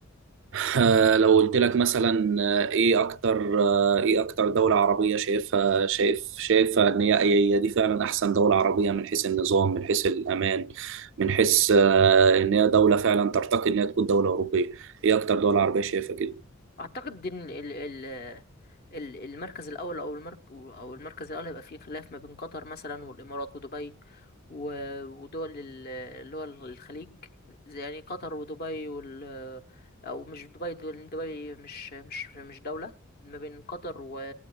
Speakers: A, on the right; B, on the left.
A: <laughs> آه، لو قلت لك مثلا آه، ايه اكتر آه، ايه اكتر دولة عربية شايفها شايف شايفها ان هي هي دي فعلا احسن دولة عربية من حيث النظام من حيث الامان من حيث آه، ان هي دولة فعلا ترتقي ان هي تكون دولة اوروبية ايه اكتر دولة عربية شايفها كده
B: اعتقد ان ال ال ال- المركز الاول او المرك او المركز الاول هيبقى فيه خلاف ما بين قطر مثلا والامارات ودبي و- ودول ال- اللي هو الخليج زي يعني قطر ودبي وال او مش دبي دول دبي مش مش مش دولة ما بين قطر و...